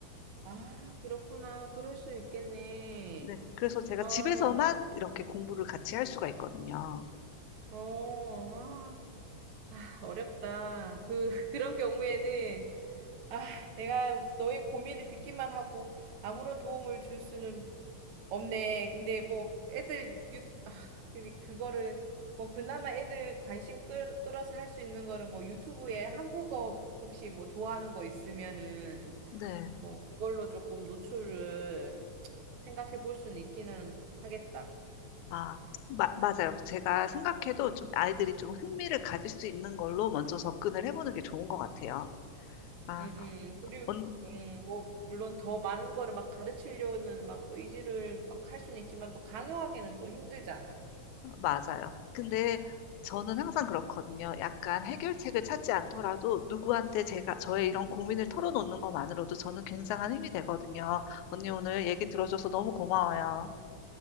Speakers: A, on the right; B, on the left.
A: 아, 그렇구나. 그럴 수 있겠네.
B: 네, 그래서 제가
A: 아,
B: 집에서만 이렇게 공부를 같이 할 수가 있거든요.
A: 어, 아, 아, 어렵다. 그, <laughs> 그런 경우에는, 아, 내가 너의 고민을 듣기만 하고 아무런 도움을 줄 수는 없네. 근데 뭐, 애들, 유, 아, 그 그거를, 뭐, 그나마 애들 관심 끌, 끌어서 할 수 있는 거는 뭐, 유튜브에 한국어 혹시 뭐, 좋아하는 거 있으면은,
B: 네.
A: 뭐, 그걸로 조금 노출을 생각해 볼 수는 있기는 하겠다.
B: 아, 마- 맞아요. 제가 생각해도 좀 아이들이 좀 흥미를 가질 수 있는 걸로 먼저 접근을 해보는 게 좋은 것 같아요. 아,
A: 음, 그리고,
B: 언,
A: 음, 뭐, 물론 더 많은 거를 막 가르치려는 막 의지를 막 할 수는 있지만 또 강요하기는 또 힘들잖아.
B: 맞아요. 근데 저는 항상 그렇거든요. 약간 해결책을 찾지 않더라도 누구한테 제가 저의 이런 고민을 털어놓는 것만으로도 저는 굉장한 힘이 되거든요. 언니 오늘 얘기 들어줘서 너무 고마워요.